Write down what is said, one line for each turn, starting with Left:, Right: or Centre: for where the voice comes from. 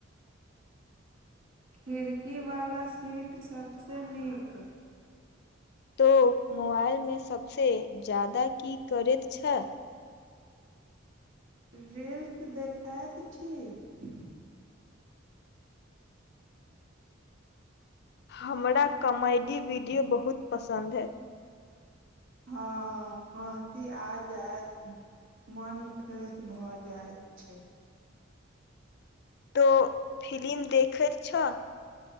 Right: खिड़कीवला सीट सभसँ नीक
Left: तो मोबाइल मे सबसँ ज्यादा की करैत छै
Right: रील्स देखैत छी
Left: हमरा कॉमेडी वीडियो बहुत पसन्द अइ
Right: हँ हँसी आ जायत मन फ्रेश भऽ जाइत छै
Left: तो फिलिम देखैत छ